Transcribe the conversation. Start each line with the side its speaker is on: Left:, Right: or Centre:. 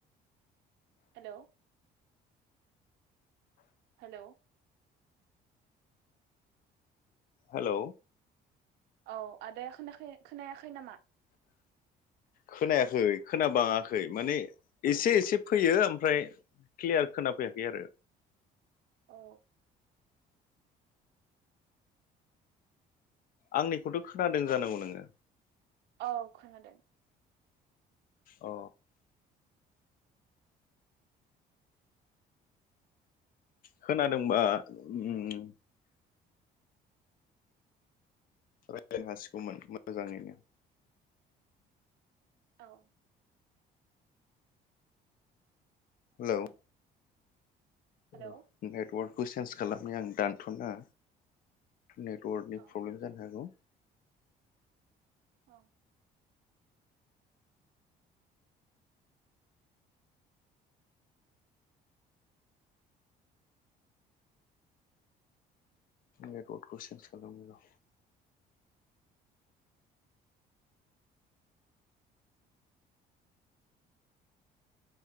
Right: हेलौ। हेलौ।
Left: हेलौ।
Right: औ आदाया खोनाखै खोनायाखै नामा?
Left: खोनायाखै खोनाबाङाखै माने एसे एसे फैयो ओमफ्राय क्लियार खोनाफैयाखै आरो।
Right: औ
Left: आंनिखौथ खोनादों जानांगौ नोङो
Right: औ खोनादों
Left: अ खोनादोंबा ओम रायज्लायनो हासिगौमोन मोजाङैनो
Right: औ
Left: हेलौ
Right: हेलौ
Left: रह नेटवर्क कुइ सेन्स खालामनि आं दानथनाङा नेटवर्कनि
Right: औ
Left: फ्रब्लेम जानो हागौ
Right: औ
Left: नेटवर्कखौ सेन्ज खालामनिर